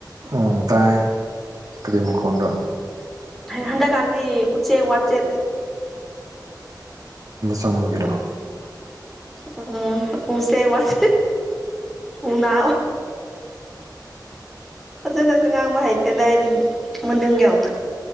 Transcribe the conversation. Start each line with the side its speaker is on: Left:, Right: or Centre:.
Right: ꯎ ꯇꯥꯏ ꯀ꯭ꯔꯤꯝ ꯈꯣꯟꯗꯣ
Centre: ꯍꯟꯗꯛ ꯀꯥꯟꯗꯤ ꯎ ꯎꯆꯦ ꯋꯥꯠꯆꯦ
Right: ꯁꯃꯨꯒ꯭ꯔ
Centre: ꯑ ꯎ ꯎꯆꯦꯛꯒ ꯋꯥꯁ ꯎꯅꯥ ꯐꯖꯅꯁꯨ ꯉꯥꯡꯕ ꯍꯩꯇꯦꯗ ꯍꯥꯏꯗꯤ ꯃꯅꯨꯡ ꯌꯥꯎꯅ